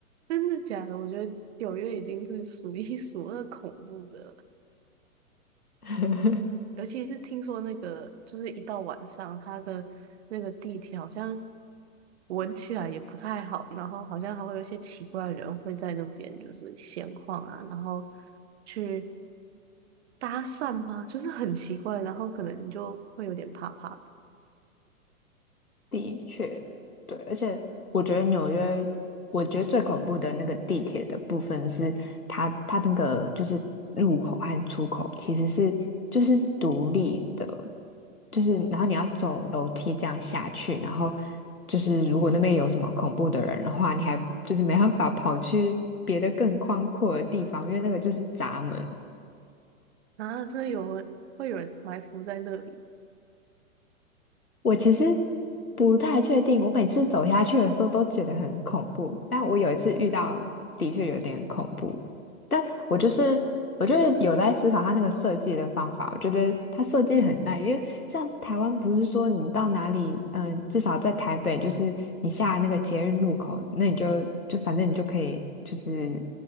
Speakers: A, on the right; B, on the left.
A: 真的假的？我觉得纽约已经是数一 <laughs> 数二恐怖的了，
B: <laughs>
A: 尤其是听说那个，就是一到晚上，它的那个地铁好像闻起来也不太好，然后好像还会有一些奇怪的人会在那边就是闲晃啊，然后去搭讪吗？就是很奇怪，然后可能你就会有点怕怕的。
B: 的确，对，而且我觉得纽约，我觉得最恐怖的那个地铁的部分是它，它那个就是入口和出口其实是就是是独立的，就是然后你要走楼梯这样下去，然后就是如果那边有什么恐怖的人的话，你还就是没办法跑去别的更宽阔的地方，因为那个就是闸门，
A: 啊，所以有人会有人埋伏在那里。
B: 我其实不太确定，我每次走下去的时候都觉得很恐怖，但我有一次遇到的确有点恐怖，但我就是我就是有在思考它那个设计的方法，我觉得它设计很烂，因为像台湾不是说你到哪里，嗯，至少在台北，就是你下那个捷运路口，那你就就反正你就可以就是